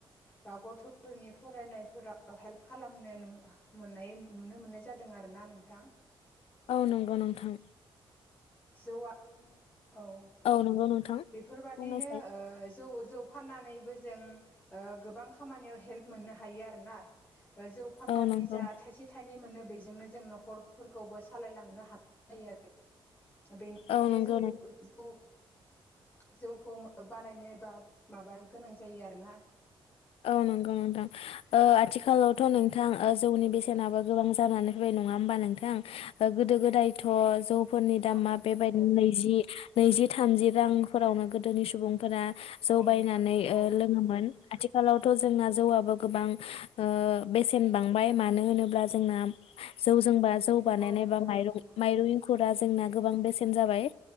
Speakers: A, on the left; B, on the left.
A: बा गथ'फोरनि फरायनायफोराव हेल्प खालामनो नु मोननाय नु नुनो मोननाय जादों आरोना नोंथां ।
B: औ नंगौ नोंथां ।
A: जौआ औ
B: नंगौ नोंथां
A: बेफोरबादिनो
B: बुंनायसाय
A: ओ जौ जौ फाननानैबो जों ओ गोबां खामानियाव हेल्प मोननो हायो आरोना । जौ फाननानै
B: औ नंगौ
A: जा थाइसे थाइनै मोनो बेजोंनो जों न'खरफोरखौबो सालायलांनो हानाय जायो आरो । बेनिखायनो
B: औ नंगौ
A: जौ जौ जौखौ बानायनोबा माबानो गोनां जायो आरोना ।
B: औ नंगौ नोंथां ओ आथिखालावथ' नोंथां ओ जौनि बेसेनाबो गोबां जानानै फैदों नङा होनबा नोंथां ओ गोदो गोदायथ' जौफोरनि दामा
A: औ नोंथां
B: बेबायदिनो
A: नंगौ
B: नैजि नैजि थामजि रांफोरावनो गोदोनि सुबुं फोरा जौ
A: औ
B: बायनानै
A: नोंथां नंगौ
B: ओ लोङोमोन ।आथिखाल थिखालावथ' जोंना जौआबो गोबां ओ बेसेन बांबाय मानो होनोब्ला जोंना जौजोंबा जौ बानायनाय
A: औ नोंथां
B: बा माइरं
A: नंगौ
B: माइरं इंखु फोरा जोंना गोबां बेसेन जाबाय